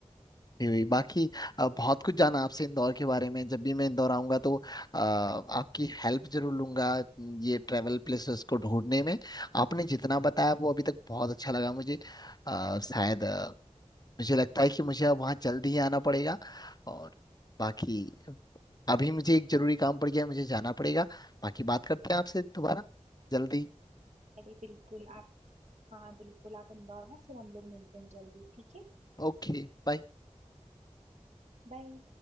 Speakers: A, on the left (about 35°); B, on the right (about 65°).
A: ये हुई बाकी अ, बहुत कुछ जाना आपसे इंदौर के बारे में जब भी मैं इंदौर आऊंगा तो अ, आपकी हेल्प जरूर लूंगा ये ट्रैवल प्लेसेस को ढूंढने में आपने जितना बताया वो अभी तक बहुत अच्छा लगा मुझे अ, शायद अ, मुझे लगता है कि मुझे अब वहाँ जल्द ही आना पड़ेगा और बाकी अभी मुझे एक जरूरी काम पड़ गया है मुझे जाना पड़ेगा बाकी बात करते हैं आपसे दोबारा जल्दी
B: अरे बिल्कुल आप हाँ बिल्कुल आप इंदौर हाँ फिर हम लोग मिलते हैं जल्दी ठीक है
A: Okay bye
B: बाय